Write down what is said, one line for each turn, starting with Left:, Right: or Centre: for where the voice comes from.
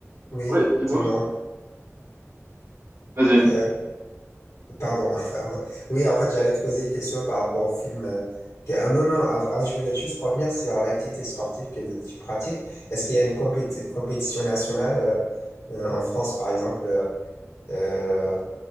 Left: oui,
Right: ouais, dis-moi.
Left: dis-moi,
Right: Vas-y.
Left: euh, pardon. <laughs> Enfin, en fait- oui, en fait, j'allais te poser une question par rapport au film. euh, que- ah, non, non, enfin, je voulais juste revenir sur l'activité sportive que tu pratiques. Est-ce qu'il y a une compét- compétition nationale euh, euh, en France, par exemple, euh, euh,